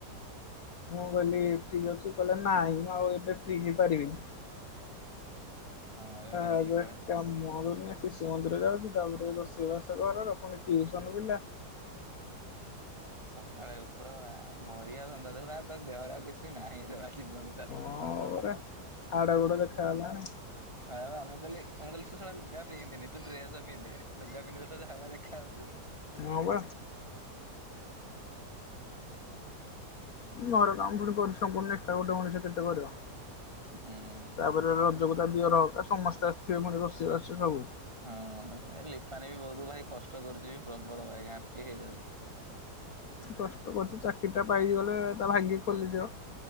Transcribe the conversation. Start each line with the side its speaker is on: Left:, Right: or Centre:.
Left: <inaudible> ମୁଁ କହିଲି ଫ୍ରି ଅଛି, କହିଲେ ନାଇଁ ମୁଁ ଆଉ ଏବେ ଫ୍ରି ହେଇପାରିବିନି
Right: ହଁ
Left: <unintelligible>
Right: ଏଇଭଳିଆ ସିଚୁଏସନ।
Left: ଶିଶୁ ମନ୍ଦିର ଯାଉଚି, ତାପରେ ରୋଷେଇବାସ ଘରର, ପୁଣି ଟିଉସନ ପିଲା।
Right: ସକାଳେ ଉପର ବେଳା, ମରିବା <unintelligible> ତ ଦେହର ଆଉ କିଛି ନାହିଁ ଜ ଜିବନୀ ତାର
Left: ହଁ
Right: ହଁ-ହଁ-ହଁ
Left: ପରା ହାଡ, ଗୁଡ -ଦେଖା ଗଲାଣି।
Right: ହଁ, ମୁଁ କଇଲି, ମୁଁ କିଲି ତୁ ଶଳା ଲୁଗା ପିନ୍ଧିନି, ତୁ ଡ୍ରେସ ପିନ୍ଧେ, ଲୁାଗା ପିନ୍ଧିଲେ ତ ଯାହା ଭଳିଆ ଦେଖା ଯାଉଚୁ
Left: ହଁ ବା। ଘର କାମ ପୁଣି, ପରିଶ୍ରମ ପଡୁନି, ଏକା ଗୋଟେ ମଣିଷ କେତେ କରିବ।
Right: ହୁଁ
Left: ତାପରେ ରଜକୁ, ତା ଦିଅରହକା ସମସ୍ତେ ଆସିଥିବେ ପୁଣି ରଷେଇବାସ ସବୁ
Right: ହଁ ଲିଫାନୀ ବି ବହୁତ ଭାଇ କଷ୍ଟ କରୁଚି, ପ୍ରବଳ ଭାଇ ଘାଣ୍ଟି ହେଇଯାଉଚି
Left: କଷ୍ଟ କରୁଚି, ଚାକିରି ଟା ପାଇଗଲେ, ତା ଭାଗ୍ୟ ଖୋଲିଯିବ